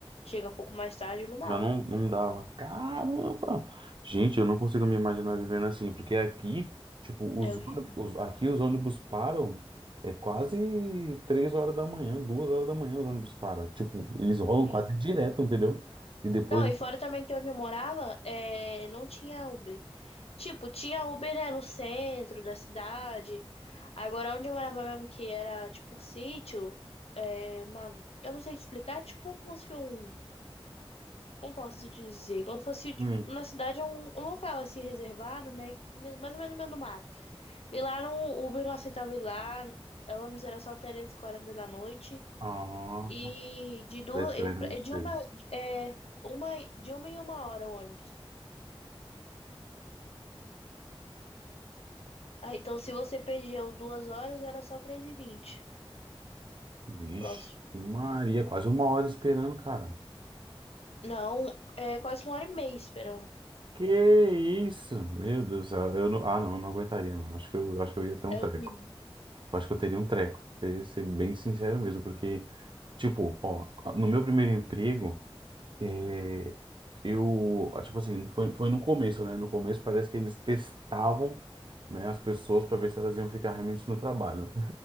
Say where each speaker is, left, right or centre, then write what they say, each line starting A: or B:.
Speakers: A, on the left; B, on the right.
A: chega um pouco mais tarde, não dava.
B: Já não, não dava. Caramba! Gente, eu não consigo me imaginar vivendo assim, porque aqui, tipo,
A: É
B: os
A: horrível.
B: ônibus, aqui os ônibus param, é quase três horas da manhã, duas horas da manhã os ônibus param. Tipo, eles rolam
A: Sim.
B: quase direto, entendeu? E depois.
A: Não, e fora também que onde eu morava, é... não tinha Uber. Tipo, tinha Uber, né, no centro da cidade. Agora, onde eu morava mesmo, que era, tipo, sítio, é, uma... eu não sei te explicar, tipo, como se fosse um... Como posso dizer? Como se fosse, tipo,
B: Hum.
A: na cidade, é um, um local, assim, reservado, né, mais ou menos no meio do mato. E lá no Uber não aceitava ir lá, o ônibus era só três e quarenta da noite.
B: Ah,
A: E de duas,
B: 10
A: e
B: km
A: pra-
B: é muito
A: de
B: cedo.
A: uma, é, uma, de uma em uma hora o ônibus. Ah, então se você perdia o duas horas, era só três e vinte.
B: Vixe,
A: Próximo.
B: Maria, quase uma hora esperando, cara.
A: Não, é quase uma hora e meia esperando.
B: Que isso? Meu Deus do céu. Eu não, ah, não, eu não aguentaria, não. Acho que eu, acho que eu ia ter um
A: É
B: treco.
A: horrível.
B: Eu acho que eu teria um treco, ser, ser bem sincero mesmo, porque, tipo, ó, no meu primeiro emprego, é, eu, ah, tipo assim, foi, foi no começo, né? No começo parece que eles testavam, né, as pessoas para ver se elas iam ficar realmente no trabalho.